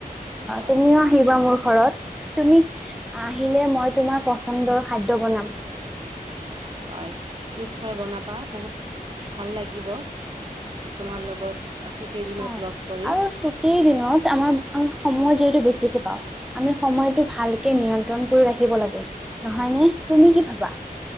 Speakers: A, on the right; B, in the centre.
A: হয়
B: তুমিও আহিবা মোৰ ঘৰত, তুমি, আহিলে মই তোমাৰ পচন্দৰ খাদ্য বনাম।
A: হয়, নিশ্চয় বনাবা, বহুত ভাল লাগিব। তোমাৰ লগত, ছুটিৰ দিনত
B: অ'
A: লগ কৰি
B: আৰু ছুটিৰ দিনা <unintelligible> আমাৰ আহ সময় যিহেতু বেছিকে পাওঁ, আমি সময়টো ভালকে নিয়ন্ত্ৰণ কৰি ৰাখিব লাগে। নহয় নি তুমি কি ভাবা?